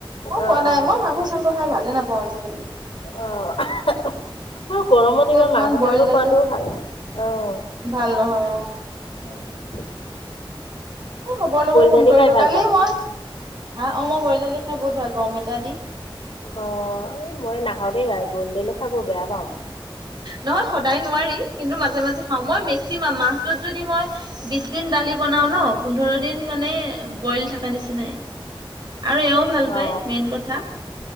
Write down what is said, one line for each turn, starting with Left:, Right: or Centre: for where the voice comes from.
Right: মই
Left: অ
Right: খোৱা নাই
Left: অ
Right: মই মাংস-চাংস খাই ভালে নাপাওঁ আজিকালি।
Left: অ। আৰু গৰমত
Right: এতিয়া
Left: ইমান
Right: অকমান
Left: মাংস-চাংস
Right: বইল দালি
Left: খোৱাাতটোও ভাল নহ আহ।
Right: ভাল নহয় অ।
Left: উম।
Right: খবৰ লব ফোন
Left: দালি
Right: কৰিলো
Left: খাই ভাল
Right: কালি
Left: পায়?
Right: মই আহ অ, মই গলো। দালি খাই বহুত ভাল পাওঁ অমিতা দি।
Left: অ, মই নাখাওঁ দেই দাইল বইল কৰিলে বেয়া পাওঁ।
Right: নহয় সদায় নোৱাৰি। কিন্তু, মাজে-মাজে খাওঁ। মই মেক্সিমাম মাহটোত যদি মই বিশ দিন দালি বনাও ন পোন্ধৰ দিন মানে বইল থকা নিচি নাই। আৰু এওঁও ভাল
Left: অ
Right: পায়,
Left: অ
Right: মেইন কথা।